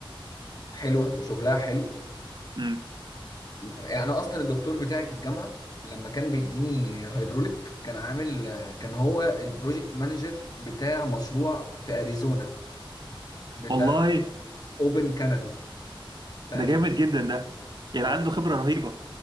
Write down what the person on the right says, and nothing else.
مم.
والله
ده
جامد جدا ده يعني
عنده خبرة رهيبة